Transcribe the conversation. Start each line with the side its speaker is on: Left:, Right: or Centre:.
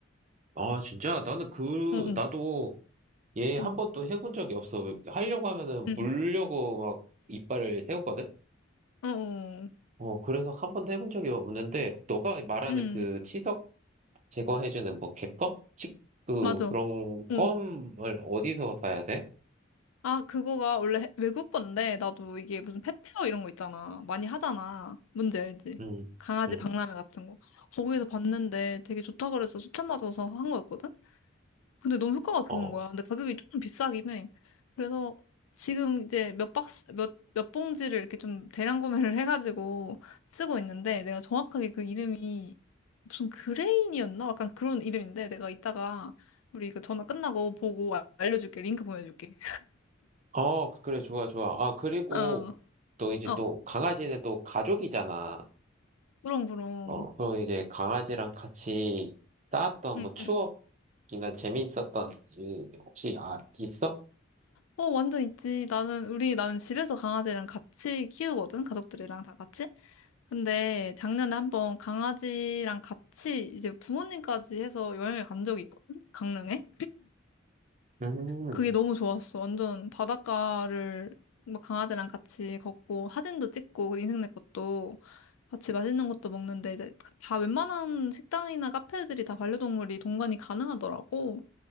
Right: 아, 진짜? 나는 그,
Left: 응, 응,
Right: 나도 얘 한
Left: 응,
Right: 번도 해본 적이 없어. 하려고 하면은
Left: 응,
Right: 물려고 막 이빨을 세우거든?
Left: 응, 응,
Right: 어, 그래서 한 번도 해본 적이 없는데, 너가 말하는
Left: 응,
Right: 그 치석 제거해주는 뭐 객검? 치, 그,
Left: 맞아.
Right: 그런
Left: 응.
Right: 껌을 어디서 사야 돼?
Left: 아, 그거가 원래 외국 건데, 나도 이게 무슨 페페어 이런 거 있잖아. 많이 하잖아. 뭔지 알지?
Right: 응
Left: 강아지
Right: 응
Left: 박람회 같은 거. 거기에서 봤는데 되게 좋다고 그래서 추천받아서 한 거였거든? 근데 너무 효과가
Right: 어.
Left: 좋은 거야. 근데 가격이 조금 비싸긴 해. 그래서 지금 이제 몇 박스, 몇, 몇 봉지를 이렇게 좀 대량 구매를 <laughs> 해가지고 쓰고 있는데, 내가 정확하게 그 이름이 무슨 그레인이었나? 약간 그런 이름인데, 내가 이따가 우리 이거 전화 끝나고 보고 알- 알려줄게. 링크 보내줄게.
Right: 어, 그래, 좋아, 좋아. 아, 그리고
Left: <laughs> 어.
Right: 또 이제
Left: 어.
Right: 또 강아지는 또 가족이잖아.
Left: 그럼, 그럼.
Right: 어, 그럼 이제 강아지랑 같이 쌓았던
Left: 응,
Right: 뭐 추억,
Left: 응.
Right: 이나 재미있었던 일 혹시 아 있어?
Left: 어, 완전 있지. 나는, 우리, 나는 집에서 강아지랑 같이 키우거든. 가족들이랑 다 같이. 근데 작년에 한번 강아지랑 같이 이제 부모님까지 해서 여행을 간 적이 있거든. 강릉에.
Right: 음,
Left: 그게 너무 좋았어. 완전 바닷가를 막 강아지랑 같이 걷고 사진도 찍고 인생 내 것도 같이 맛있는 것도 먹는데 이제 그 다 웬만한 식당이나 카페들이 다 반려동물이 동반이 가능하더라고.